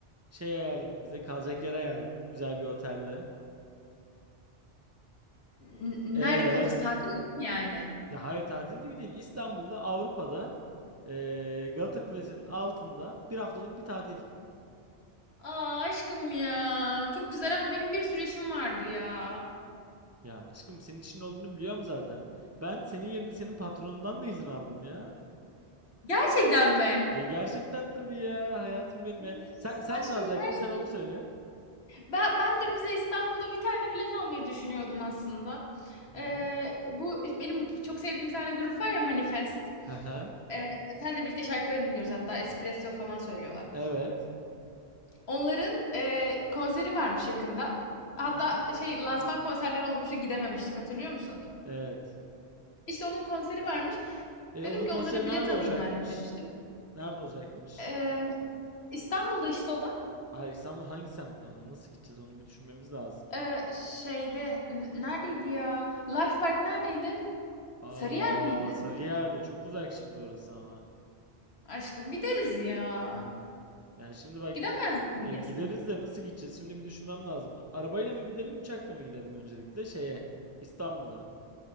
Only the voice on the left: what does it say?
n-
nerede kalacağız? Tatilde mi yani?
Aa aşkım ya, çok güzel ama benim bir sürü işim vardı ya.
Gerçekten mi?
Of,
Aşkım
her
şey
Ben, ben de bize İstanbul'da bir tane bilet almayı düşünüyordum aslında.
Ee,
bu benim çok sevdiğim bir tane grup var ya Manifest.
Ee, senle birlikte şarkılarını dinliyoruz hatta espresso falan söylüyorlar.
Onların e, konseri varmış yakında. Hatta
şey lansman konserleri olmuştu gidememiştik hatırlıyor musun?
İşte onun konseri varmış.
Dedim
ki
onlara bilet
alayım
ben de demiştim.
Ee, İstanbul'da işte o da.
Ee, şeyde n- neredeydi ya? Life Park neredeydi?
Sarıyer miydi?
Aşkım gideriz ya.
Gidemez miyiz?